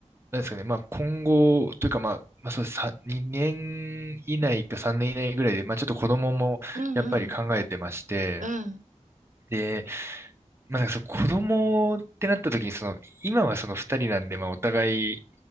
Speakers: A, on the right (about 20°); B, on the right (about 85°).
A: なんですかね、まあ今後というかまあ、まあそうさ、2年以内か3年以内ぐらいで、まあちょっと子供もやっぱり考えてまして、
B: うん、うん、うん、
A: で、まあ、なんかその子供ってなった時に、その、今はその二人なんで、まあお互い、